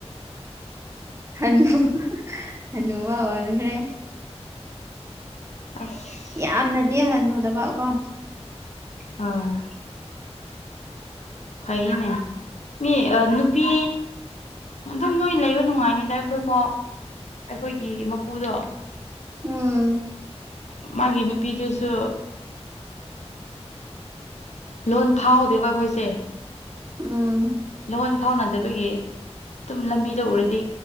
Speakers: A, on the right; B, on the left.
A: ꯍꯟꯅꯨ ꯍꯅꯨꯕ ꯑꯣꯟꯈ꯭ꯔꯦ
B: ꯑꯁ
A: ꯌꯥꯝꯅꯗꯤ ꯍꯟꯅꯨꯗꯕ ꯀꯣ
B: ꯍꯣꯏ ꯐꯩꯅꯦ ꯃꯤ ꯅꯨꯄꯤ ꯑꯗꯨꯝ ꯅꯣꯏ ꯂꯩꯕ ꯅꯨꯡꯉꯥꯏꯅꯤꯗ ꯑꯩꯈꯣꯏꯐꯥꯎ ꯑꯩꯈꯣꯏꯒꯤ ꯃꯄꯨꯗꯣ
A: ꯎꯝ
B: ꯃꯥꯒꯤ ꯅꯨꯄꯤꯗꯨꯁꯨ ꯂꯣꯟ ꯐꯥꯎꯗꯦꯕ ꯑꯩꯈꯣꯏꯁꯦ
A: ꯎꯝ
B: ꯂꯣꯟ ꯐꯥꯎꯅꯗꯕꯒꯤ ꯑꯗꯨꯝ ꯂꯝꯕꯤꯗ ꯎꯔꯗꯤ